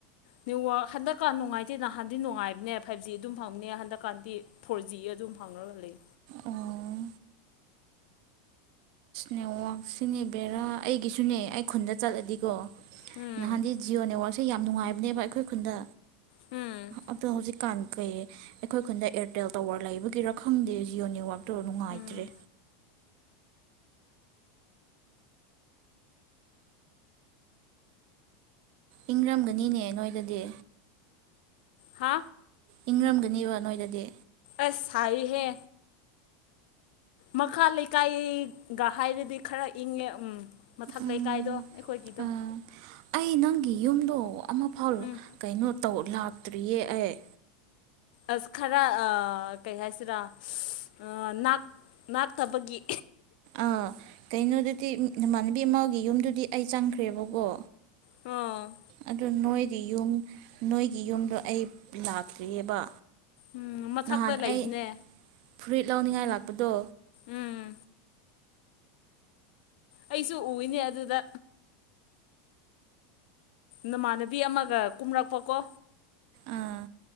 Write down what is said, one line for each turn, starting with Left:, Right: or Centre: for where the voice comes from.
Left: ꯅꯦꯠꯋꯥꯛ ꯍꯟꯗꯛꯀꯥꯟ ꯅꯨꯡꯉꯥꯏꯇꯦ ꯅꯍꯥꯟꯗꯤ ꯅꯨꯡꯉꯥꯏꯕꯅꯦ ꯐꯥꯏꯚ ꯖꯤ ꯑꯗꯨꯝ ꯐꯪꯕꯅꯦ ꯍꯟꯗꯛꯀꯥꯟꯗꯤ ꯐꯣꯔ ꯖꯤ ꯑꯗꯨꯝ ꯐꯥꯪꯉꯒ ꯂꯩ
Right: ꯑꯣ ꯅꯦꯠꯋꯥꯛꯁꯤꯅꯦ ꯕꯦꯔꯥ ꯑꯩꯒꯤꯁꯨꯅꯦ ꯑꯩ ꯈꯨꯟꯗ ꯆꯠꯂꯗꯤꯀꯣ
Left: ꯎꯝ
Right: ꯅꯍꯥꯟꯗꯤ ꯖꯤꯌꯣ ꯅꯦꯠꯋꯥꯛꯁꯦ ꯌꯥꯝ ꯅꯨꯡꯉꯥꯏꯕꯅꯦꯕ ꯑꯩꯈꯣꯏ ꯈꯨꯟꯗ
Left: ꯎꯝ
Right: ꯑꯗꯣ ꯍꯧꯖꯤꯛꯀꯥꯟ ꯀꯩ ꯑꯩꯈꯣꯏ ꯈꯨꯟꯗ ꯑꯦꯔꯇꯦꯜ ꯇꯋꯥꯔ ꯂꯩꯕꯒꯤ ꯔꯈꯪꯗꯦ ꯖꯤꯌꯣ ꯅꯦꯋꯛ ꯇꯣ ꯅꯨꯡꯉꯥꯏꯇ꯭ꯔꯦ
Left: ꯎꯝ
Right: ꯏꯪꯔꯝꯒꯅꯤꯅꯦ ꯅꯣꯏꯗꯗꯤ
Left: ꯍꯥ
Right: ꯏꯪꯔꯝꯒꯅꯤꯕ ꯅꯣꯏꯗꯗꯤ
Left: ꯑꯁ ꯁꯏꯌꯦ ꯍꯦ ꯃꯈꯥ ꯂꯩꯀꯥꯏꯒ ꯍꯥꯏꯔꯗꯤ ꯈꯔ ꯏꯪꯉꯦ ꯎꯝ ꯃꯊꯛ
Right: ꯎꯝ
Left: ꯂꯩꯀꯥꯏꯗꯣ ꯑꯩꯈꯣꯏꯒꯤꯗꯣ
Right: ꯑꯥ ꯑꯩ ꯅꯪꯒꯤ ꯌꯨꯝꯗꯣ ꯑꯃꯐꯥꯎ
Left: ꯎꯝ
Right: ꯀꯩꯅꯣ ꯇꯧ ꯂꯥꯛꯇ꯭ꯔꯤꯌꯦ ꯑꯩ
Left: ꯑꯁ ꯈꯔ ꯀꯩ ꯍꯥꯏꯁꯤꯔꯥꯅꯥꯛ ꯅꯥꯥꯛꯇꯕꯒꯤ
Right: ꯑꯥ ꯀꯩꯅꯣꯗꯨꯗꯤ ꯅꯃꯥꯟꯅꯕꯤ ꯑꯃꯒꯤ ꯌꯨꯝꯗꯨꯗꯤ ꯑꯩ ꯆꯪꯈ꯭ꯔꯦꯕꯀꯣ
Left: ꯑꯣ
Right: ꯑꯗꯨ ꯅꯣꯏ ꯌꯨꯝ ꯅꯣꯏꯒꯤ ꯌꯨꯝꯗꯣ ꯑꯩ ꯂꯥꯛꯇ꯭ꯔꯤꯑꯕ
Left: ꯎꯝ ꯃꯊꯛꯇ
Right: ꯅꯍꯥꯟ
Left: ꯂꯩꯕꯅꯦ
Right: ꯑꯩ ꯐꯨꯔꯤꯠ ꯂꯧꯅꯤꯡꯉꯥꯏ ꯂꯥꯛꯄꯗꯣ
Left: ꯎꯝ ꯑꯩꯁꯨ ꯎꯏꯅꯦ ꯑꯗꯨꯗ ꯅꯃꯥꯟꯅꯕꯤ ꯑꯃꯒ ꯀꯨꯝꯔꯛꯄꯀꯣ
Right: ꯑꯥ